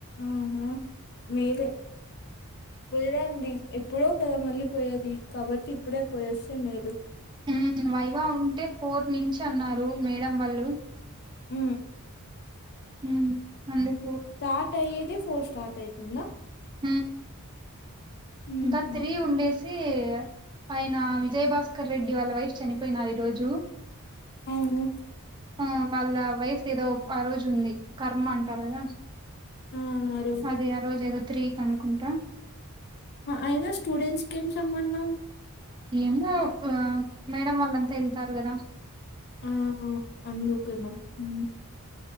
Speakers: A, on the left; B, on the right.
A: ఊహు మేలే పోయిరండి ఎప్పుడో కదా మళ్ళీ పోయేది కాబట్టి ఇప్పుడే పోయొస్తే మేలు
B: ఊ వైవా ఉంటే ఫోర్ నుంచి అన్నారు మేడం వాళ్ళు
A: ఊ
B: ఊ అందుకు
A: స్టార్ట్ అయ్యేదే ఫోర్ స్టార్ట్ అయితుందా
B: ఊ
A: మ్మ్
B: ఇంకా త్రీ ఉండేసి ఆయన విజయభాస్కర్ క్కర్ రెడ్డి వాళ్ళ వైఫ్ చనిపోయినారు ఈ రోజు
A: అవును
B: ఆ వాళ్ళ వైఫ్ ఏదో ఆ రోజు ఉంది కర్మ అంటారు కదా
A: ఆ ఆ రోజు
B: అదే ఆ రోజు ఏదో త్రీ కనుకుంటా
A: అయినా స్టూడెంట్స్ కేం సంబంధం
B: ఏమో ఆ మేడం వాళ్ళంతా వేళ్తారు గదా
A: ఆ అందుకు ఏమో ఊ